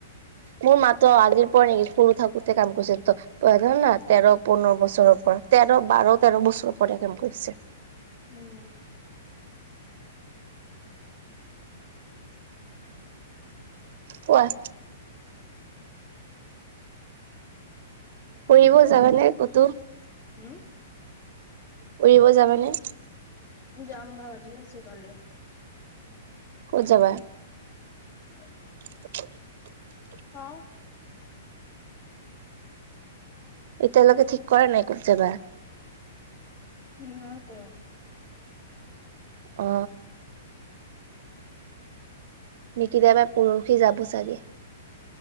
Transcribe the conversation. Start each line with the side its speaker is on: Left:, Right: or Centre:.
Right: মোৰ মা ত আজিৰ পৰা নেকি সৰু থাকোতে কাম কৰিছে ত ধৰ না তেৰ পোন্ধৰ বছৰৰ পৰা তেৰ বাৰ তেৰ বছৰৰ পৰা কাম কৰিছে-
Left: উম-
Right: কোৱা ফুৰিব
Left: <unintelligible>
Right: যাবানে ক'তো?
Left: হুম
Right: ফুৰিব যাবা নে
Left: যাম ভাবি আছোঁ তালে
Right: ক'ত যাবা
Left: <unintelligible>
Right: <unintelligible>
Left: চাও
Right: এতিয়ালেকে ঠিক কৰা নাই ক'ত যাবা
Left: উম নাই কৰা
Right: অ নিকিতা বাৰ পৰখি যাব চাগে